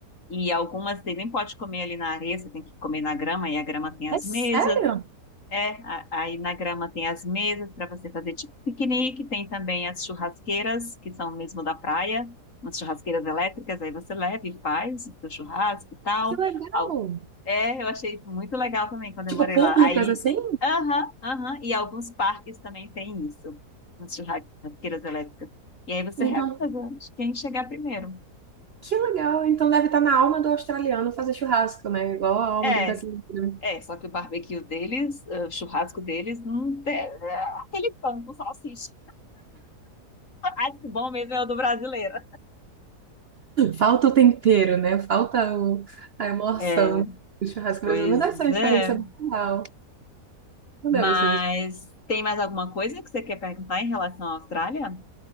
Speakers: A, on the left; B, on the right.
A: E algumas você nem pode comer ali na areia, você tem que comer na grama, e a grama tem as
B: é sério?
A: mesas. É, a- aí na grama tem as mesas para você fazer tipo piquenique, tem também as churrasqueiras, que são mesmo da praia, umas churrasqueiras elétricas, aí você leva e faz o seu churrasco e tal.
B: Que legal.
A: Al- É, eu achei isso muito legal também quando
B: Tipo,
A: eu morei
B: públicas
A: lá. Aí,
B: assim?
A: aham, aham, e alguns parques também tem isso, umas churra- churrasqueiras elétricas. E aí você
B: Então,
A: reveza de quem chegar primeiro.
B: que legal. Então deve estar na alma do australiano fazer churrasco, né? Igual a alma
A: É,
B: do brasileiro.
A: é, só que o barbecue deles, eh, o churrasco deles, não tem, é aquele pão com salsicha. Ai, que bom mesmo é o do brasileiro.
B: Falta o tempero, né? Falta o- a emoção
A: É,
B: do churrasco
A: pois
B: brasileiro. Mas deve ser uma
A: é.
B: experiência bem legal. Não
A: Mas
B: deve ser uma
A: tem mais alguma coisa que você quer perguntar em relação à Austrália?